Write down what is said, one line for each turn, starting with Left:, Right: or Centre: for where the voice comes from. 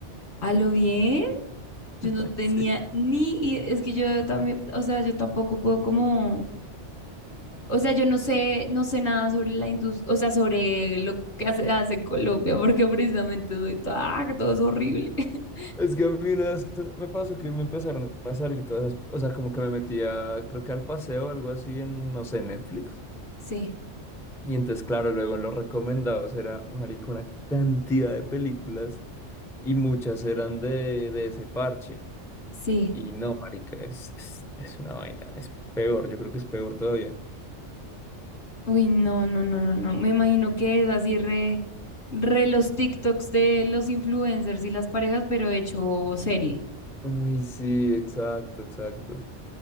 Left: ¿A lo bien? Yo
Centre: <laughs>
Left: no tenía
Centre: Sí.
Left: ni, i- es que yo también, o sea, yo tampoco puedo como, o sea, yo no sé, no sé nada sobre la industria, o sea, sobre lo que hace, hace en Colombia, porque precisamente soy toda, "Ah, que todo es horrible. <laughs>
Centre: Es que a mí una vez me pasó que me empezaron a salir todas las, o sea, como que me metía, creo que al paseo o algo así en, no sé, Netflix.
Left: Sí,
Centre: Y entonces, claro, luego en los recomendados era, marica, una cantidad de películas y muchas eran de, de ese parche.
Left: sí.
Centre: Y no, marica, es, es, es una vaina, es peor, yo creo que es peor todavía.
Left: Uy, no, no, no, no, no. Me imagino que es así re, re los TikToks de los influencers y las parejas, pero hecho serie.
Centre: Ay, sí, exacto, exacto.